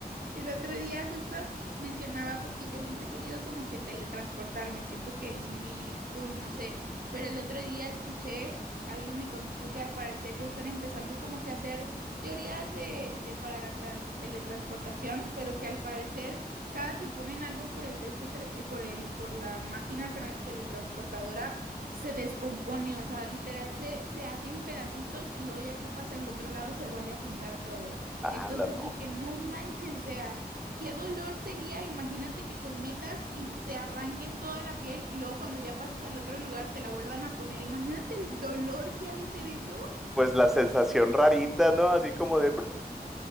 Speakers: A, on the right; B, in the centre.
A: El otro día justo mencionaba, porque yo siempre he querido como que teletransportarme, siento que es muy cool, no sé, pero el otro día escuché, alguien me contó que al parecer ya están empezando como que a hacer teorías de, de para la tra- teletransportación, pero que al parecer cada que ponen algo por el de este, tra- eh, por el, por la máquina tra- teletransportadora se descompone, o sea, literal se, se hacen pedacitos y luego ya que pasa el otro lado se vuelve a juntar todo. Entonces
B: ¡Anda, no!
A: dije, no manches, o sea, qué dolor sería, imagínate que te metas y te arranquen toda la piel y luego cuando ya pasas al otro lugar te la vuelvan a poner. Imagínate el dolor que ha de ser eso.
B: Pues la sensación rarita, ¿no? Así como de...